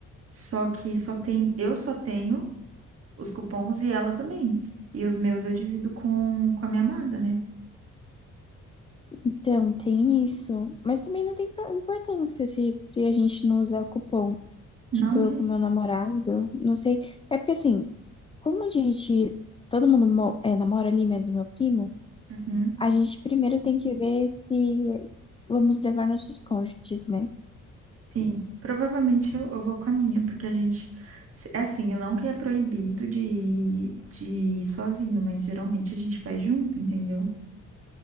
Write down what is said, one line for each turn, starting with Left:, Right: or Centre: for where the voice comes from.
Right: Só que só tem, eu só tenho os cupons e ela também. E os meus eu divido com, com a minha amada, né?
Left: Então, tem isso. Mas também não tem pro- importância se, se a gente não usar cupom.
Right: Não
Left: Tipo,
Right: mesmo.
Left: eu com meu namorado, não sei. É porque assim, como a gente, todo mundo mo- é, namora ali, menos meu primo,
Right: Uhum.
Left: a gente primeiro tem que ver se vamos levar nossos cônjuges, né?
Right: Sim. Provavelmente eu, eu vou com a minha, porque a gente. se- É assim, eu não que é proibido de, ir- de ir sozinho, mas geralmente a gente vai junto, entendeu?